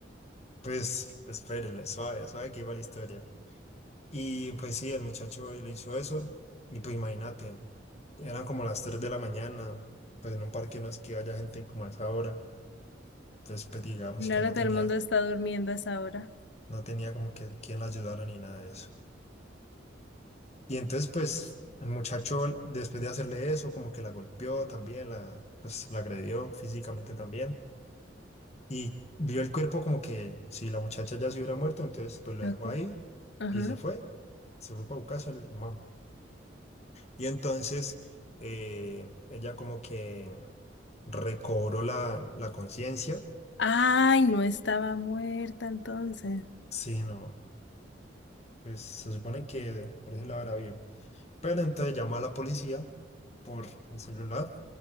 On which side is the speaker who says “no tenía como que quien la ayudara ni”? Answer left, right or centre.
Left